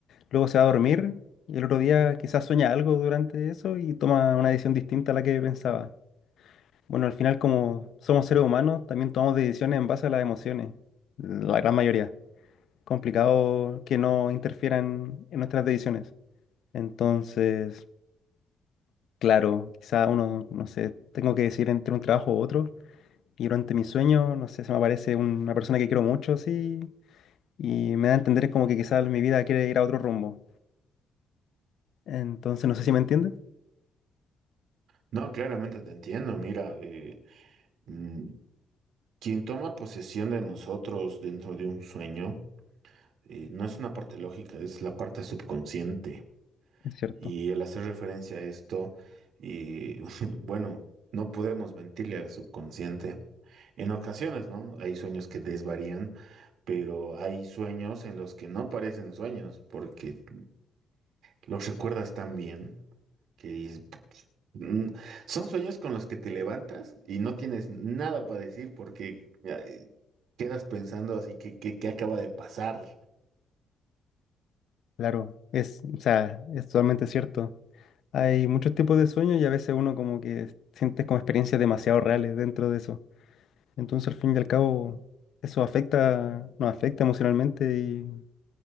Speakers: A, on the left; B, on the right.
A: luego se va a dormir y el otro día quizás sueña algo durante eso y toma una decisión distinta a la que pensaba. Bueno, al final como somos seres humanos, también tomamos decisiones en base a las emociones, la gran mayoría. Complicado que no interfieran en nuestras decisiones. Entonces, claro, quizás uno, no sé, tengo que decir entre un trabajo u otro. Y durante mi sueño, no sé, se me aparece un- una persona que quiero mucho, sí, y me da a entender como que quizás mi vida quiere ir a otro rumbo. Entonces, no sé si me entiendes.
B: No, claramente te entiendo. Mira, eh, mm, quien toma posesión de nosotros dentro de un sueño, eh, no es una parte lógica, es la parte subconsciente.
A: Es cierto,
B: Y al hacer referencia a esto, y, <laughs> bueno, no podemos mentirle al subconsciente. En ocasiones, ¿no? Hay sueños que desvarían, pero hay sueños en los que no parecen sueños, porque Los recuerdas tan bien que dices, "Mm". son sueños con los que te levantas y no tienes nada para decir porque ay, quedas pensando así que, que- ¿qué acaba de pasar?
A: claro, es, o sea, es totalmente cierto. Hay muchos tipos de sueños y a veces uno como que siente como experiencias demasiado reales dentro de eso. Entonces, al fin y al cabo, eso afecta, nos afecta emocionalmente y